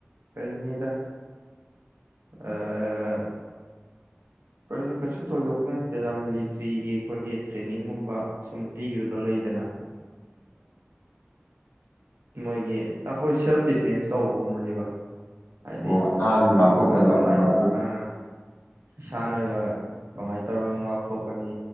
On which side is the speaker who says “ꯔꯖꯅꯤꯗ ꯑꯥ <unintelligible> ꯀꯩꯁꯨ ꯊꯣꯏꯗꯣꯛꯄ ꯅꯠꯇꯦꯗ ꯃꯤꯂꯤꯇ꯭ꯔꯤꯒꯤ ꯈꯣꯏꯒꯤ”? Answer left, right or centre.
Right